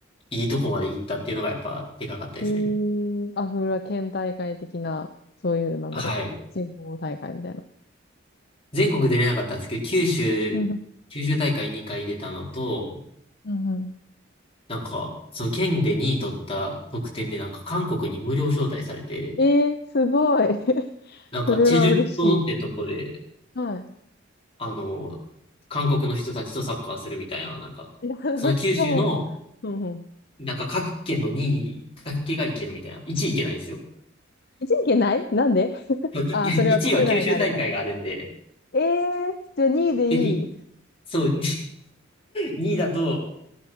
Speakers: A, on the left; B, on the left.
A: いいとこまで行ったっていうのがやっぱでかかったですね。
B: えー、あ、それは県大会的な、そういう、なんだろう。
A: はい。
B: 地方大会みたいな。
A: 全国出れなかったんですけど、九州、
B: うんうん。
A: 九州大会2回出たのと、
B: うんうん。
A: なんか、その県で2位取った得点でなんか韓国に無料招待されて、
B: えー、すごい。<laughs>
A: なんかチェジュ島ってとこで、
B: それは嬉しい。はい。
A: あの、韓国の人たちとサッカーするみたいな、なんか、
B: 楽しそ
A: その九州の、
B: う。うんうん。
A: なんか各県の2位だけが行けるみたいな。1位行けないんですよ。
B: 一時期ないなんで
A: <laughs> そい1位は九州大会があるんで、
B: ああー、それは国内があるから。ええー、じゃあ2位でいい。
A: で、に、そう、<laughs> 2位だと、